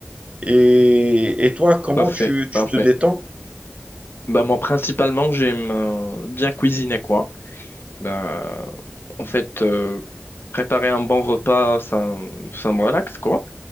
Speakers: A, on the right; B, on the left.
A: Et, et toi, comment
B: Parfait,
A: tu,
B: parfait.
A: tu te détends?
B: Bah moi principalement j'aime euh, bien cuisiner quoi. Bah en fait euh, préparer un bon repas ça, ça me relaxe quoi.